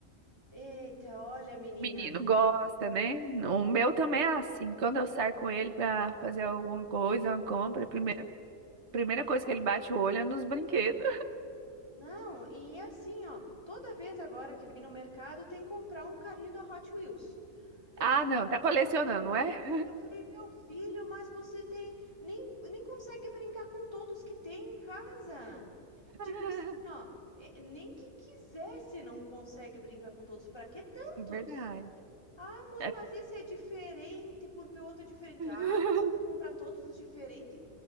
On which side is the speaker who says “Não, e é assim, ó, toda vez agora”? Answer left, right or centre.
Left